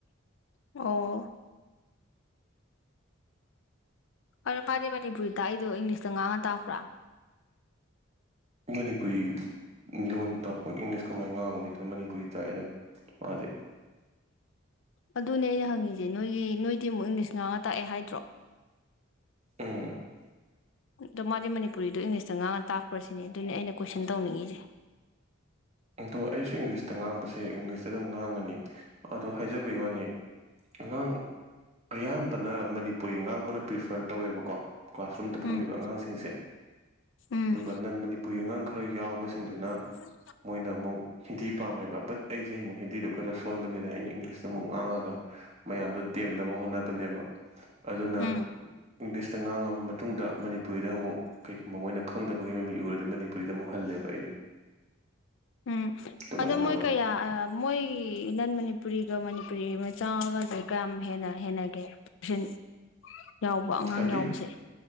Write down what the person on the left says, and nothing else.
ꯑꯣ ꯑ ꯃꯥꯗꯤ ꯃꯅꯤꯄꯨꯔꯤꯗ ꯑꯩꯗꯣ ꯏꯪꯂꯤꯁꯇ ꯉꯥꯡꯉ ꯇꯥꯛꯄ꯭ꯔꯥ
ꯑꯗꯨꯅꯦ ꯑꯩꯅ ꯍꯪꯉꯤꯁꯦ ꯅꯣꯏꯒꯤ ꯅꯣꯏꯗꯤ ꯑꯃꯨꯛ ꯏꯪꯂꯤꯁ ꯉꯥ ꯇꯥꯛꯑꯦ ꯍꯥꯏꯗ꯭ꯔꯣ
ꯑꯗꯣ ꯃꯥꯗꯤ ꯃꯅꯤꯄꯨꯔꯤꯗꯣ ꯏꯪꯂꯤꯁꯇ ꯉꯥꯡꯉ ꯇꯥꯛꯄ꯭ꯔꯁꯤꯅꯦ ꯑꯗꯨꯅꯤ ꯑꯩꯅ ꯀꯣꯏꯁꯟ ꯇꯧꯅꯤꯡꯉꯤꯖꯦ
ꯎꯝ
ꯎꯝ
ꯄꯨꯖꯧ
ꯎꯝ
ꯎꯝ
ꯑꯗꯣ ꯃꯣꯏ
ꯀꯌꯥ ꯃꯣꯏ ꯅꯟ ꯃꯅꯤꯄꯨꯔꯤꯒ ꯃꯅꯤꯄꯨꯔꯤ ꯃꯆꯥꯒꯁ ꯀꯌꯥꯝ ꯍꯦꯟꯅ ꯍꯦꯟꯅꯒꯦ ꯇꯁꯦꯟ ꯌꯥꯎꯕ ꯑꯉꯥꯡ
ꯌꯥꯎꯕꯁꯦ